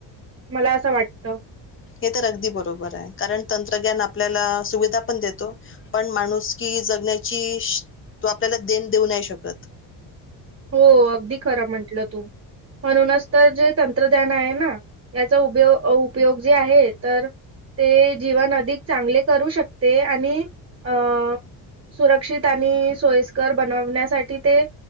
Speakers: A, on the right (about 30°); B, on the left (about 30°).
A: मला असं वाटत.
B: हे तर अगदी बरोबर आहे कारण तंत्रज्ञान आपल्याला सुविधा पण देतो पण माणूस की जगण्याची तो आपल्याला देण देऊ नाही शकत.
A: हो अगदी खरं म्हटलं तू म्हणूनच तर जे तंत्रज्ञान आहे ना याचा उयो उपयोग जे आहे तर ते जीवन अधिक चांगले करू शकते आणि अ सुरक्षित आणि सोयस्कर बनवण्यासाठी ते!